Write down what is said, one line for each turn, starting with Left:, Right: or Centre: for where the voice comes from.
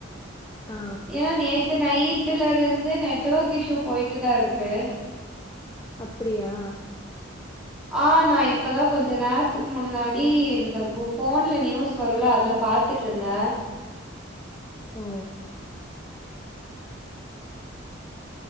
Left: ஆ
Centre: ஏன்னா நேத்து நைட்டுல இருந்தே நெட்வொர்க் இஷு பொயிட்டு தா இருக்கு
Left: அப்டியா
Centre: ஆ நா இப்பதா கொஞ்ச நேரத்துக்கு முன்னாடி இந்த கு போன்ல நியூஸ் வருல்ல அதுல பாத் த்துட்ருந்த
Left: ஓ